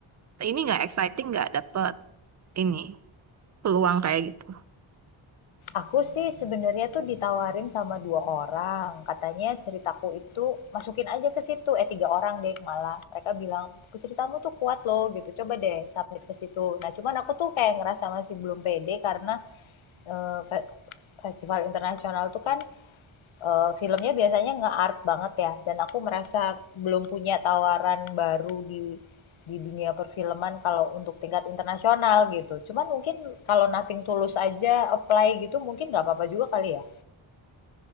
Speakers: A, on the right (about 35°); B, on the left (about 75°).
A: ini nggak exciting nggak dapet ini peluang kayak gitu?
B: Aku sih sebenarnya tuh ditawarin sama dua orang. Katanya ceritaku itu masukin aja ke situ. Eh tiga orang deh malah. Mereka bilang, ceritamu tuh kuat loh gitu. Coba deh submit ke situ. Nah cuman aku tuh kayak ngerasa masih belum pede karena eh, festival internasional tuh kan eh, filmnya biasanya nge-art banget ya, dan aku merasa belum punya tawaran baru di di dunia perfilman kalau untuk tingkat internasional gitu. Cuman mungkin kalau Nothing Tulus aja apply gitu mungkin nggak apa-apa juga kali ya.